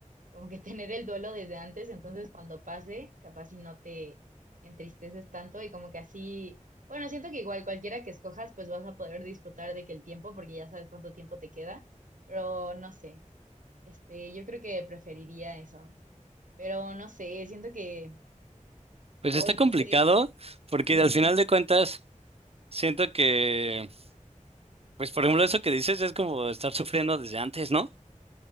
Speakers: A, on the right; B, on the right.
A: como que tener el duelo desde antes, entonces cuando pase, capaz si no te entristeces tanto y como que así, bueno, siento que igual cualquiera que escojas, pues vas a poder disfrutar de que el tiempo, porque ya sabes cuánto tiempo te queda, pero no sé, este, yo creo que preferiría eso, pero no sé, siento que
B: Pues
A: hoy
B: está
A: no
B: complicado
A: sé,
B: porque
A: sí,
B: al final de cuentas siento que, pues por ejemplo eso que dices es como estar sufriendo desde antes, ¿no?